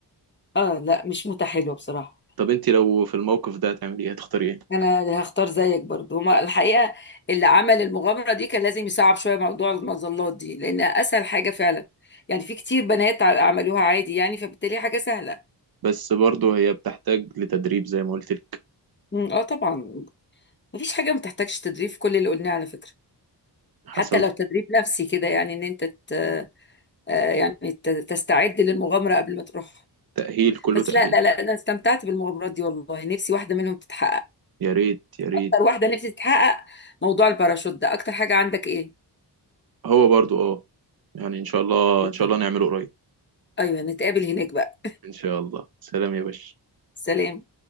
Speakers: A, on the left (about 25°); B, on the right (about 55°).
A: اه لا مش متحلو بصراحه
B: طب انت لو في الموقف ده هتعملي ايه هتختاري ايه
A: انا هختار زيك برضو هما الحقيقه اللي عمل المغامره دي كان لازم يصعب شويه موضوع المظلات دي لان اسهل حاجه فعلا يعني في كتير بنات ع- عملوها عادي يعني فبالتالي حاجه سهله
B: بس برضه هي بتحتاج لتدريب زي ما قلت لك
A: أمم، اه طبعا مفيش حاجه ما تحتاجش تدريب في كل اللي قلناه على فكره
B: حصل
A: حتى لو تدريب نفسي كده يعني ان انت ت... آه، يعني ت- تستعد للمغامره قبل ما تروح
B: تأهيل كله
A: بس
B: تأهيل
A: لا لا لا انا استمتعت بالمغامرات دي والله نفسي واحده منهم تتحقق
B: يا ريت يا ريت
A: اكتر واحده نفسي تتحقق موضوع الباراشوت ده اكتر حاجه عندك ايه
B: هو برضه اه يعني ان شاء الله
A: اوكي
B: ان شاء الله نعمله قريب
A: ايوه نتقابل هناك بقى
B: ان شاء الله سلام يا باشا
A: سلام